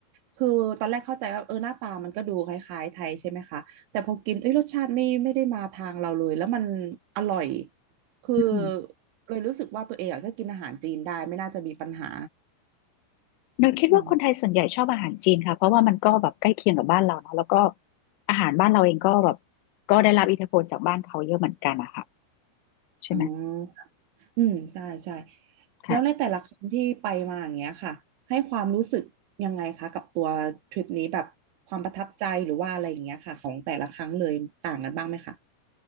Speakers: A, on the right; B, on the left.
A: คือตอนแรกเข้าใจว่าเออหน้าตามันก็ดูคล้ายๆไทยใช่ไหมคะแต่พอกินเอ้ยรสชาติไม่ไม่ได้มาทางเราเลยแล้วมันอร่อยคือ
B: อืม
A: เลยรู้สึกว่าตัวเองอะก็กินอาหารจีนได้ไม่น่าจะมีปัญหา
B: เราคิดว่าคนไทยส่วนใหญ่ชอบอาหารจีนค่ะเพราะว่ามันก็แบบใกล้เคียงกับบ้านเราเนาะแล้วก็
A: อืม
B: อาหารบ้านเราเองก็แบบก็ได้รับอิทธิพลจากบ้านเขาเยอะเหมือนกันอะค่ะใช่ไหม
A: อ๋อ อืมใช่ใช่
B: ค่ะ
A: แล้วในแต่ละครั้งที่ไปมาอย่างเงี้ยค่ะให้ความรู้สึกยังไงคะกับตัวทริปนี้แบบความประทับใจหรือว่าอะไรอย่างเงี้ยค่ะของแต่ละครั้งเลยต่างกันบ้างไหมคะ